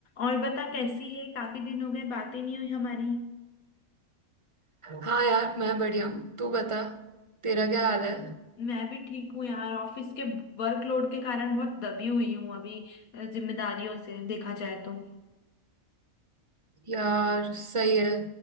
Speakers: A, on the left; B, on the right.
A: और बता कैसी है काफी दिन हो गए बातें नहीं हुई हमारी
B: हाँ यार मैं बढ़िया हूँ तू बता तेरा क्या हाल है
A: मैं भी ठीक हूँ यार ऑफिस के वर्कलोड के कारण बहुत दबी हुई हूँ अभी अ, जिम्मेदारियों से देखा जाए तो
B: यार सही है